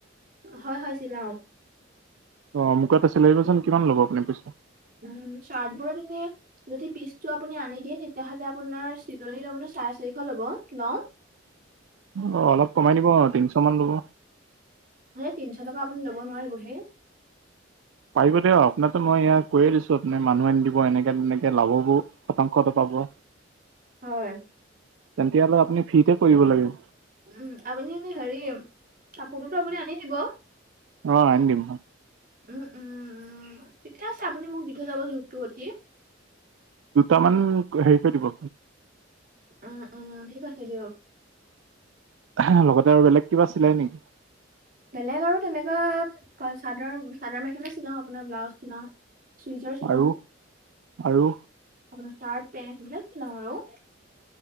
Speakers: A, on the right (about 45°); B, on the right (about 80°).
A: হয় হয় চিলাও।
B: অ' মোকো এটা চিলাই দিবচোন, কিমান লব আপুনি পইচা?
A: উম চাৰ্টবোৰত এনে যদি পিচটো আপুনি আনি দিয়ে, তেতিয়াহ'লে আপোনাৰ চিলনী ল'ব ন চাৰে চাৰিশ ল'ব লম।
B: অ' অলপ কমাই দিব আও তিনিশমান ল'ব।
A: সেই তিনিশ টকা আপুনি ল'ব নোৱাৰিবহে।
B: পাৰিব দিয়ক, আপোনাৰটো মই ইয়া কৈয়ে দিছো আপুনি মানুহ আনি দিব এনেকে তেনেকে <unintelligible> শতাংশটো পাৱ।
A: হয়।
B: তেতিয়ালে হ'লে আপুনি ফ্ৰিতে কৰিব লাগে।
A: উম, আপুনি এ হেৰি কাপোৰটোতো আপুনি আনি দিব।
B: অঁ, আনি দিম।
A: উম উম উম, ঠিকে আছে আপুনি মোক দি থৈ যাব জোখটো সতি।
B: দুটামান হেৰি কৰি দিব।
A: উম উম, ঠিক আছে দিয়ক।
B: <unintelligible> লগতে আৰু বেলেগ কিবা চিলাই নেকি?
A: বেলেগ আৰু তেনেকুৱা চাদৰ চাদৰ-মেখেলা চিলাও, আপোনাৰ ব্লাউজ চিলাওঁ। চুইজাৰ চিলাও
B: আৰু আৰু
A: আপোনাৰ চাৰ্ট-পেন্ট এইবিলাক চিলাও আৰু।